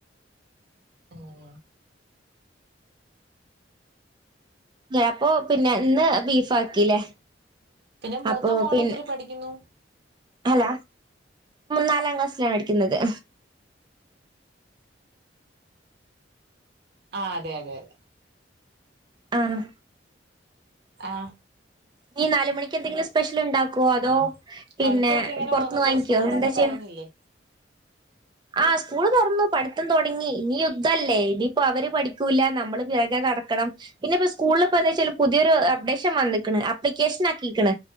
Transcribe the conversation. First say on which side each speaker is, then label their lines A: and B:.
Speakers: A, on the right; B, on the right.
A: ഉം
B: അപ്പൊ പിന്നെ ഇന്ന് ബീഫ് ആക്കീലേ.
A: പിന്നെ മൂത്ത
B: അപ്പൊ
A: മോള്
B: പിന്നെ
A: എത്ര പഠിക്കുന്നു
B: അല്ല നാലാം ക്ലാസ്സിലാണ് പഠിക്കുന്നത്.
A: ആഹ് അതെ അതെ അതെ.
B: ആണോ?
A: ആഹ്
B: ഇനി നാലു മണിക്ക് എന്തെങ്കിലും സ്പെഷ്യല്ണ്ടാക്കുവോ?
A: ആഹ്
B: അതോ പിന്നെ
A: പഠിത്തൊക്കെ എങ്ങനെ
B: പൊറത്ത്ന്ന്
A: പോകുന്നു
B: വാങ്ങിക്കുവോ
A: സ്കൂളൊക്കെ
B: എന്താ ചെയ്യുന്നേ?
A: തുറന്നില്ലേ
B: ആഹ് സ്കൂള് തൊറന്നു. പഠിത്തം തൊടങ്ങി. ഇനി യുദ്ധല്ലേ ഇനിയിപ്പോ അവര് പഠിക്കൂല്ല നമ്മള് പിറകെ നടക്കണം. പിന്നെപ്പ സ്കൂളില് എന്തച്ചാല് പുതിയൊരു അപ്ഡേഷൻ വന്നിക്ക്ണ്. അപ്ലിക്കേഷൻ ആക്കിക്ക്ണ്.